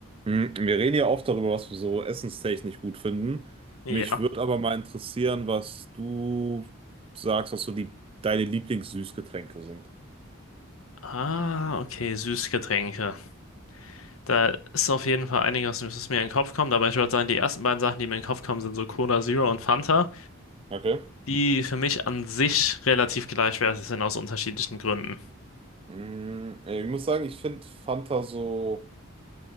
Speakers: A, on the right; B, on the left.
A: Hm, Wir reden ja oft darüber, was wir so essenstechnisch gut finden.
B: Ja.
A: Mich würde aber mal interessieren, was du sagst, was so die, deine Lieblingssüßgetränke sind.
B: Ah, okay, Süßgetränke. Da ist auf jeden Fall einiges, was mir in den Kopf kommt, aber ich würde sagen, die ersten beiden Sachen, die mir in den Kopf kommen, sind so Cola Zero und Fanta,
A: Okay.
B: die für mich an sich relativ gleichwertig sind aus unterschiedlichen Gründen.
A: Hm, Ich muss sagen, ich finde Fanta so